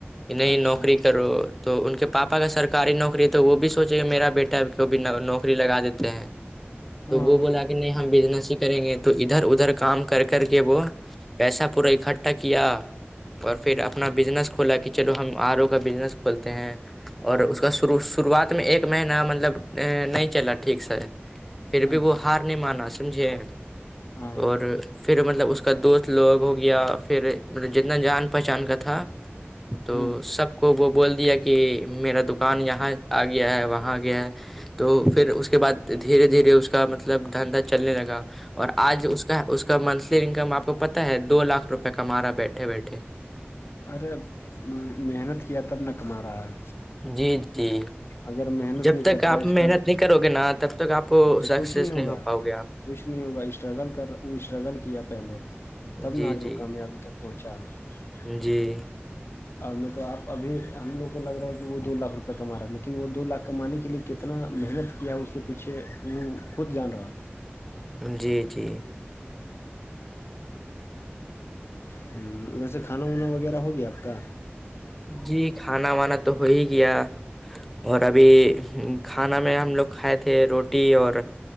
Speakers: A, in the centre; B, on the left (about 70°).
A: نہیں
B: اچھا
A: نوکری کرو تو ان کے پاپا کا سرکاری نوکری تو وہ بھی سوچے کہ میرا بیٹا کو بھیھی نوکری لگا دیتے ہیں
B: ہاں
A: تو وہ بولا کہ نہیں ہم بییدناس کریں گے تو ادھر ادھر کام کر کر کے وہ پیسہ پورا اکٹھا کیا اور پھر
B: ہ
A: اپنا بزنس کولا کہ چلو ہم آر ا کا بزنس کھولتے ہیں اور اس کا شرو شروعات میں ایک مہینہ مطلب نہیں چلا ٹھیک س پھر بھی
B: اچھا
A: وہ ہار نہیں مانا س سمجھے
B: ہاں
A: اور <unintelligible> پھر مطلب اس کا دوست لوگ ہو گیا پھر مطلب جتنا جان پہچان کا تھا تو
B: ہوں
A: سب کو وہ بول دیا کہ میرا دکان یہاں آ گیا ہے وہاں آ گیا ہے تو پھر اس کے بعد دھیرے دھیرے اس کا مطلب دھندندا چلنے لگا اور آج اس کا اس کا منتھلی انکم آپ کو پتتا ہے دو لاکھ روپے کمارا بیٹھے بیٹھے
B: ارےب محنت کیا تب نہ کما رہا ہے
A: جی جی
B: اگر محنت
A: جب
B: نہیں
A: تک
B: کرتا
A: آپ
B: اسٹرگل
A: محنت نہیں کرو گے نا تب تک آپ
B: تو
A: سکسیس
B: کچھ نہیں ہوگا
A: ہو پاؤ گے آپ
B: کچھ نہیں ہوگا اسٹرگل کر وہ اسٹرگل کیا پہلے تب
A: جی
B: نہ آج
A: جی
B: وہ کامیابی تک پوچا <unintelligible>
A: جی <inaudible>
B: اور نہیں تو آپ ابھی ہم لوگوں کو لگ رہا ہے کہ وہ دو لاکھ روپے کما رہا ہے لیکن وہ دو لاکھ کمانے کے لیے کتنا محنت کیا اس کے پیچھے وہ خود جان رہا
A: جی جی
B: ہ ویسے کھانا وانا وغیرہ ہو گیا آپ کا
A: جی کھانا وانا تو ہو ہی گیا اور ابھی کھانا میں ہم لوگ کھائے تھے روٹی اور